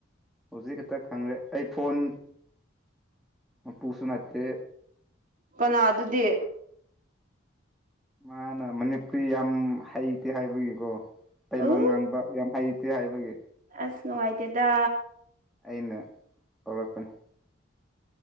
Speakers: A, in the centre; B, on the right.
A: ꯍꯧꯖꯤꯛ ꯍꯛꯇ ꯈꯪꯔꯦ ꯑꯩ ꯐꯣꯟ ꯇꯨꯁꯨꯟꯠꯇꯦ
B: ꯀꯅꯥ ꯑꯗꯨꯗꯤ
A: ꯃꯥꯅꯥ ꯃꯅꯤꯄꯨꯔꯤ ꯌꯥꯝ ꯍꯩꯇꯦ ꯍꯥꯏꯕꯒꯤꯀꯣ ꯇꯩꯂꯣꯟ
B: ꯎ
A: ꯉꯥꯡꯕ ꯌꯥꯝ ꯍꯩꯇꯦ ꯍꯥꯏꯕꯒꯤ
B: ꯑꯁ ꯅꯨꯡꯉꯥꯏꯇꯦꯗ
A: ꯑꯩꯅ ꯍꯧꯔꯛꯄꯅꯦ